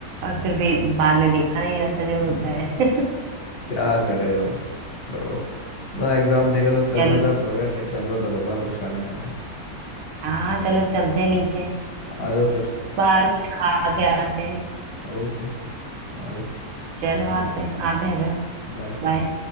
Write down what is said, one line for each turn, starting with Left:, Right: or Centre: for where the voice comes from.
Right: और फिर भी बाद में देखा नहीं जाता
Left: हम्म,
Right: जो होता है <laughs>
Left: क्या कर रहे हो आप? छोड़ो मतलब एग्जाम देगा तो सर
Right: चलो
Left: में दर्द हो गया कहीं चल रहा हो तो बताओ कुछ खाने पीने
Right: हाँ चलो चलते हैं नीचे
Left: आ जाओ फिर
Right: बाहर कुछ खा के आते हैं
Left: ओके आ जाओ
Right: चलो आते हैं आते हैं फिर
Left: बाय
Right: बाय